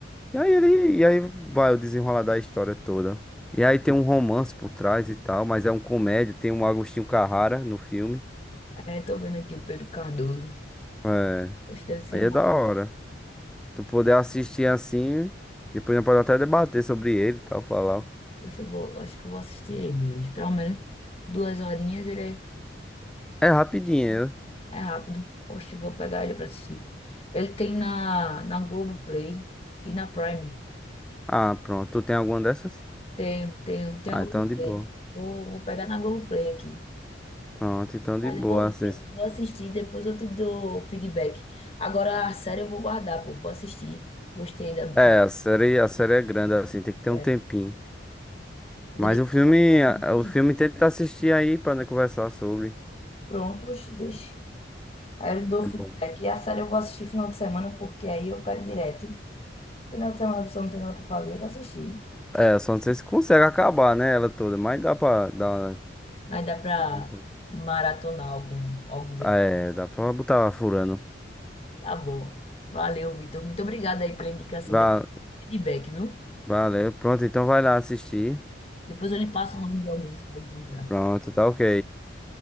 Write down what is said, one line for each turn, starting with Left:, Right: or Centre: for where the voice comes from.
Centre: E aí ele, e aí vai o desenrolar da história toda. E aí tem um romance por trás e tal, mas é um comédia, tem um Agostinho Carrara no filme.
Left: É, tô vendo aqui o Pedro Cardoso.
Centre: É,
Left: Poxa, deve ser
Centre: aí é
Left: massa.
Centre: da hora. Tu poder assistir assim, depois nós pode até debater sobre ele e tal, falar.
Left: Poxa, eu vou, eu acho que eu vou assistir ele hoje. Pelo menos duas horinhas ele é.
Centre: É rapidinho.
Left: Beleza.
Centre: né?
Left: É rápido. Poxa, vou pegar ele pra assistir. Ele tem na, na Globoplay e na Prime.
Centre: Ah, pronto. Tu tem alguma dessas?
Left: Tem, tem, tem
Centre: Ah,
Left: a Globoplay.
Centre: então de boa.
Left: Vou, vou pegar na Globoplay aqui.
Centre: Pronto, então de
Left: Mas
Centre: boa.
Left: eu vou,
Centre: Assim,
Left: pronto, vou assistir, depois eu te dou feedback. Agora a série eu vou guardar, pô, vou assistir. Gostei da, da
Centre: É, a série, a série é grande, assim, tem que ter
Left: série.
Centre: um tempinho.
Left: Vou
Centre: Mas
Left: deixar
Centre: o filme,
Left: pra final semana.
Centre: a- o filme tenta assistir aí pra, né, conversar sobre.
Left: Pronto, oxe, deixa. Aí eu dou feedback.
Centre: É bom.
Left: E a série eu vou assistir final de semana, porque aí eu pego direto. Final de semana a pessoa não tem nada pra fazer, vou assistir.
Centre: É, só não sei se consegue acabar, né, ela toda, mas dá pra, dar,
Left: Mas dá pra
Centre: Não, não.
Left: maratonar algum, alguns episódios.
Centre: é, dá pra botar furando.
Left: Tá bom. Valeu, Vitor. Muito obrigada aí pela indicação.
Centre: Va-
Left: Depois eu dou feedback, viu?
Centre: Valeu, pronto, então vai lá assistir.
Left: Depois eu lhe passo o nome de alguns que eu vou encontrar.
Centre: Pronto, tá ok.